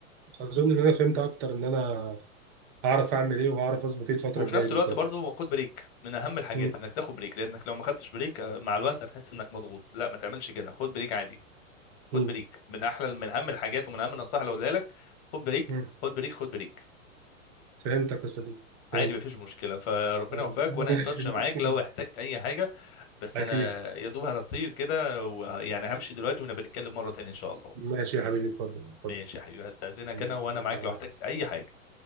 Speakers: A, on the right; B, on the left.
A: اظن ان انا فهمت اكتر ان انا هعرف اعمل ايه وهعرف اظبط ايه الفتره
B: وفي
A: الجايه
B: نفس
A: دي
B: الوقت
A: بجد
B: برضه خد بريك من اهم الحاجات
A: مم.
B: انك تاخد بريك لانك لو ما خدتش بريك آه، مع الوقت هتحس انك مضغوط لا ما تعملش كده خد بريك عادي
A: مم.
B: خد بريك من احلى من اهم الحاجات ومن اهم النصائح اللي اقولها لك خد بريك
A: مم.
B: خد بريك خد بريك
A: فهمتك يا صديقي فهمت
B: عادي مفيش مشكله فربنا
A: أنا-
B: يوفقك وانا ان تاتش معاك لو
A: <laughs>
B: احتجت اي حاجه بس
A: اكيد
B: انا يا دوب هطير كده وه- يعني همشي دلوقتي ونبقى نتكلم مره تانية ان شاء الله
A: ماشي يا حبيبي اتفضل اتفضل
B: ماشي يا حبيبي هستاذنك
A: مم.
B: انا وانا معاك
A: مع
B: لو احتجت
A: الس-
B: اي حاجه